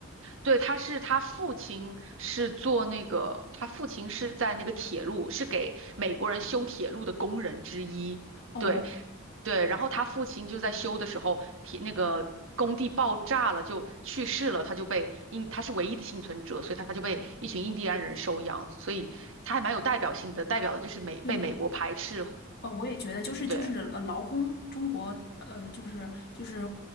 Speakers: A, on the right (about 65°); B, on the left (about 50°).
A: 对，他是他父亲是做那个，他父亲是在那个铁路，是给美国人修铁路的工人之一。
B: 哦，
A: 对对，然后他父亲就在修的时候，铁那个工地爆炸了，就去世了，他就被印，他是唯一的幸存者，所以他就被一群印第安人收养，
B: 我
A: 所以他还蛮有代表性的，代表的就是美被美国排斥。
B: 对，哦，我也觉得，就是就是呃，
A: 对。
B: 劳工，中国呃，就是就是